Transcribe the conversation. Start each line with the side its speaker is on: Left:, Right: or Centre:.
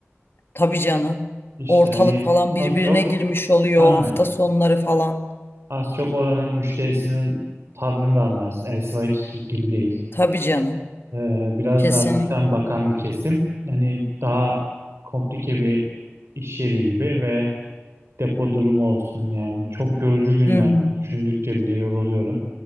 Left: Tabii canım.
Right: İşte
Left: Ortalık
Right: hani
Left: falan birbirine
Right: Az çok
Left: girmiş oluyor
Right: Aynen.
Left: hafta sonları falan.
Right: Az çok oranın müşterisinin tavrını da anlarsın. Elsivaki gibi değil.
Left: Tabii canım.
Right: Ee, biraz
Left: Kesinlikle.
Right: daha üstten bakan bir kesim. Hani daha komplike bir iş yeri gibi ve depo durumu olsun yani çok yorucu günler.
Left: Hı hı.
Right: Düşündükçe bile yoruluyorum.